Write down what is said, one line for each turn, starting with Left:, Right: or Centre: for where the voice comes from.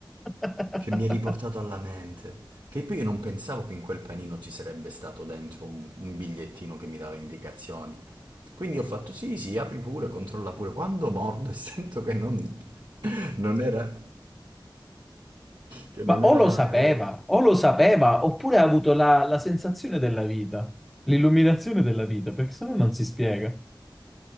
Centre: <laughs>
Right: Che mi è riportato alla mente. Che poi io non pensavo che in quel panino ci sarebbe stato dentro un, un bigliettino che mi dava indicazioni. Quindi ho fatto sì, sì, apri pure, controlla pure. Quando mordo e <laughs> sento che non, <laughs> non era, che non
Centre: Ma o
Right: era,
Centre: lo sapeva,
Right: eh,
Centre: o lo sapeva, oppure ha avuto la, la sensazione della vita, l'illuminazione della vita, perché sennò non si spiega.